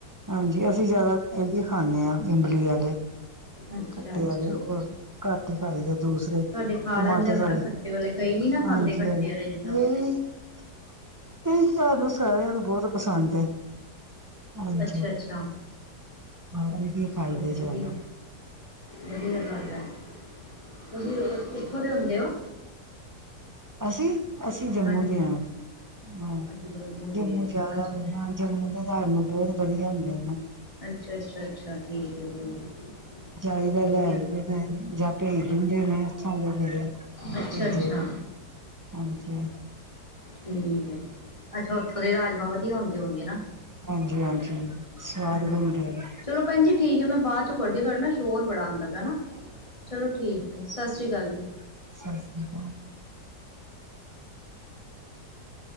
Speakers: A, on the right (about 15°); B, on the left (about 15°).
A: ਹਾਂਜੀ ਅਸੀ ਜਾਦਾ ਇਹ ਵੀ ਖਾਂਦੇ ਹਾਂ ਇਮਲੀ ਆਲੇ।
B: ਅੱਛਾ
A: ਖਟੇ
B: ਅੱਛਾ
A: ਵਾਲੇ ਘੱਟ ਹੀ ਖਾਈ ਦੇ ਨੇ। ਦੂਸਰੇ
B: ਤੁਹਾਡੇ ਖਾ
A: ਟਮਾਟਰ
B: ਲੈਂਦੇ ਹੋਣੇ
A: ਵਾਲੇ
B: ਨਾ ਖੱਟੇ ਵਾਲੇ ਕਈ ਨੀ ਨਾ
A: ਹਾਂਜੀ
B: ਖਾਂਦੇ ਖੱਟੇ
A: <unintelligible>
B: ਵਾਲੇ ਜਿੱਦਾਂ
A: ਇਹ ਸਾਨੂੰ ਸਾਰਿਆਂ ਨੂੰ ਬਹੁਤ ਪਸੰਦ ਹੈ। ਹਾਂਜੀ
B: ਅੱਛਾ ਅੱਛਾ
A: ਹਾਂ ਇਹ ਹੀ ਖਾਈ
B: ਚਲੋ
A: ਦੇ ਜਾਦਾ।
B: ਵਧੀਆ ਵਧੀਆ ਗੱਲ ਹੈ, ਤੁਸੀਂ ਕਿੱਥੋਂ ਦੇ ਹੁੰਦੇ ਹੋ?
A: ਅਸੀਂ-ਅਸੀਂ ਜੰਮੂ
B: ਹਾਂਜੀ
A: ਦੇ ਹਾਂ ਹ
B: ਅੱਛਾ
A: ਜੰਮੂ
B: ਦੇ
A: ਜ਼ਿਆਦਾ
B: ਅੱਛਾ
A: ਜੰਮੂ ਦੇ ਰਾਜਮਾ ਬਹੁਤ ਵਧੀਆ ਹੁੰਦੇ ਨੇ।
B: ਅੱਛਾ ਅੱਛਾ <unintelligible>
A: ਜਾਈਦਾ
B: ਵਧੀਆ
A: ਲੈ ਆਈ ਦੇ ਨੇ ਜਾਂ ਭੇਜ ਦਿੰਦੇ ਨੇ ਓਥੋਂ ਮੇਰੇ।
B: ਅੱਛਾ-ਅੱਛਾ।
A: ਭਤੀਜੇ ਹਾਂਜੀ।
B: ਠੀਕ ਹੈ ਅੱਛਾ ਉੱਥੋਂ ਦੇ ਰਾਜਮਾਂ ਵਧੀਆ ਹੁੰਦੇ ਹੋਣਗੇ ਨਾ।
A: ਹਾਂਜੀ ਹਾਂਜੀ ਸਵਾਦ
B: ਹਾਂਜੀ
A: ਬਣਦੇ ਨੇ।
B: ਚਲੋ ਭੈਣਜੀ ਠੀਕ ਹੈ ਮੈਂ ਬਾਦ ਚੋਂ ਕਰਦੀ ਹ ਤੁਹਾਡੇ ਸ਼ੋਰ ਬੜਾ ਆਉਂਦਾ ਪਿਆ ਹਨਾ। ਚਲੋ ਠੀਕ ਹੈ, ਸਤਿ ਸ੍ਰੀ ਅਕਾਲ ਜੀ।
A: ਸਤਿ ਸ਼੍ਰੀ ਅਕਾਲ।